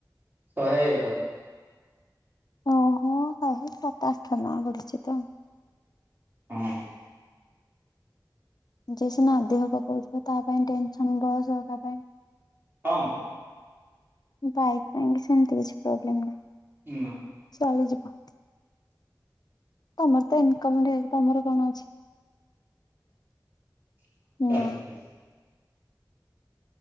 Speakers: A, on the right (about 25°); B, on the left (about 60°).
A: ସହେ ଏକ
B: ଓହୋ ଭ ସାତ ଆଠ ନା ବଡିିଛି ତ।
A: ହଁ
B: ଯ ସିନା ଆଦ ହବ କହୁିବ ତା ପାଇଁ ଟେନସନସ୍ ହେବା ପାଇଁ
A: ହମ
B: ବାଇକ ପାଇଁ ସେମିତି କିଛି ପ୍ରୋବ୍ଲେମ୍ ନାହିଁ।
A: ନା।
B: ଚଳିଯିବ <inaudible> ତମର ତ ଇନକମ ତମର କଣ ଅଛି? <inaudible>
A: <unintelligible>
B: ନା